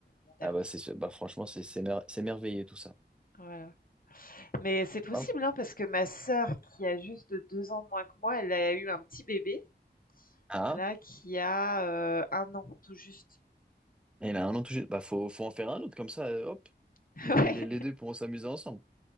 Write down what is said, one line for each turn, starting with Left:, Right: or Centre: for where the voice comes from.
Left: mon dernier.
Centre: Ah bah c'est bah franchement, c'est c'est mer- c'est merveilleux tout ça.
Left: Voilà. Mais c'est possible,
Centre: Hop.
Left: hein, parce que ma sœur, qui a juste 2 ans de moins que moi, elle a eu un petit bébé,
Centre: Ah,
Left: là, qui a, heu, 1 an, tout juste.
Centre: il a un an tout juste. Bah faut, faut en faire un autre, comme ça, euh, hop.
Left: <laughs>
Centre: Les,
Left: Ouais,
Centre: les, les deux pourront s'amuser ensemble.